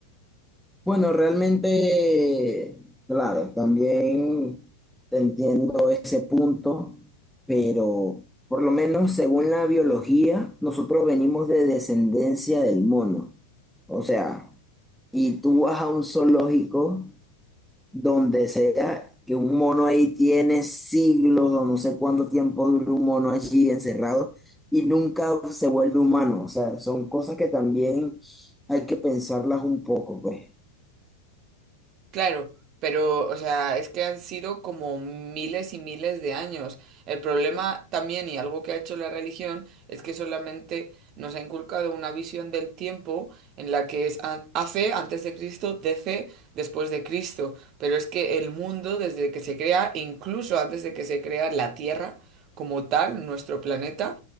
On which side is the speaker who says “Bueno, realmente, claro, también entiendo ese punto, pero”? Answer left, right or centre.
Centre